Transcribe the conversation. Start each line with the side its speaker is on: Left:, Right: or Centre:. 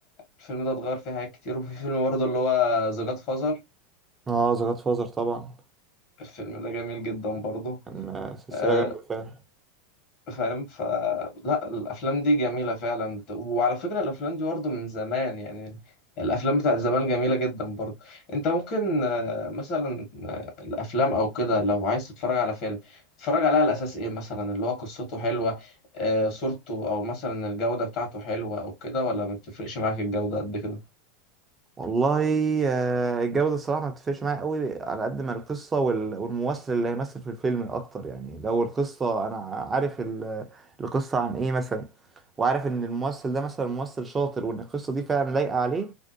Left: الفيلم ده اتغير فيه حاجات كتير وفي فيلم برضه اللي هو ذا جاد فازر
Right: اه ذا جاد فازر طبعا
Left: الفيلم ده جميل جدا برضه
Right: كان سلسلة
Left: آه،
Right: جامدة فعلا
Left: فاهم فلا الأفلام دي جميلة فعلا وعلى فكرة الأفلام دي برضه من زمان يعني الأفلام بتاعت زمان جميلة جدا برضه أنت ممكن آه، مثلا آه، الأفلام أو كده لو عايز تتفرج على فيلم تتفرج عليه على أساس إيه مثلا اللي هو قصته حلوة آه، صورته أو مثلا الجودة بتاعته حلوة أو كده ولا ما بتفرقش معاك الجودة قد كده؟
Right: والله آه، الجودة الصراحة ما بتفرقش معايا قوي على قد ما القصة وال- والممثل اللي هيمثل في الفيلم أكتر يعني لو القصة أنا عارف ال- القصة عن إيه مثلا وعارف إن الممثل ده مثلا ممثل شاطر وإن القصة دي فعلا لايقة عليه